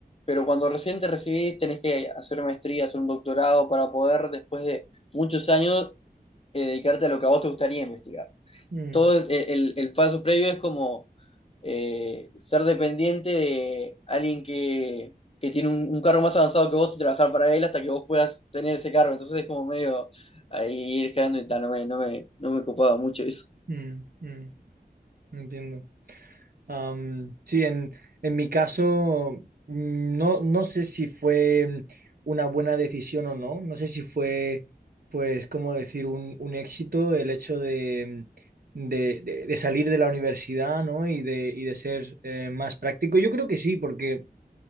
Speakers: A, on the left (about 35°); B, on the right (about 60°).
A: pero cuando recién te recibís tenés que hacer maestría, hacer un doctorado para poder después de muchos años eh, dedicarte a lo que a vos te gustaría investigar.
B: mm,
A: Todo es- el, el paso previo es como eh, ser dependiente de alguien que, que tiene un, un cargo más avanzado que vos y trabajar para él hasta que vos puedas tener ese cargo. Entonces es como medio ahí ir escalando y tal, no me, no me, no me copaba mucho eso.
B: mm, mm, entiendo. Am, sí, en, en mi caso, mm, no, no sé si fue una buena decisión o no, no sé si fue, pues, cómo decir, un, un éxito el hecho de, de, de- de salir de la universidad, ¿no? Y de, y de ser eh, más práctico. Yo creo que sí, porque